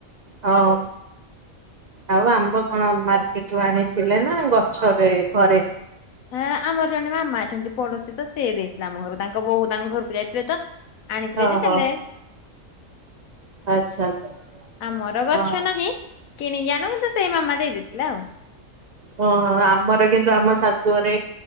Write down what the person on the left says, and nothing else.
ହଁ ଆମର ଜଣେ ମାମା ଅଛନ୍ତି ପଡୋଶୀ ତ ସେ ଦେଇଥିଲେ ଆମ ଘର ତାଙ୍କ ବୋହୁ ତାଙ୍କ ଘରକୁ ଯାଇଥିଲେ ତ ଆଣିଥିଲେ
ଯେ ଦେଲେ
ଆମର ଗଛ
ନାହିଁ। କିଣିକି ଆଣୁ କିନ୍ତୁ ସେଇ ମାମା ଦେଇଥିଲେ ଆଉ।